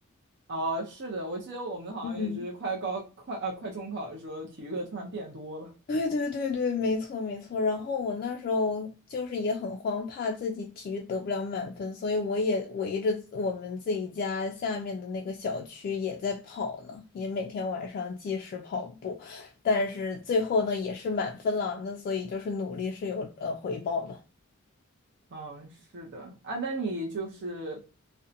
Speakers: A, on the right (about 55°); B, on the left (about 45°).
A: 哦，是的，我记得我们好像也是快高快啊快中考的时候，
B: 嗯。
A: 体育课突然变多了。
B: 对对对对，没错没错。然后我那时候就是也很慌，怕自己体育得不了满分，所以我也围着我们自己家下面的那个小区也在跑呢，也每天晚上计时跑步。但是最后呢，也是满分了，那所以就是努力是有呃回报的。
A: 嗯，是的啊，那你就是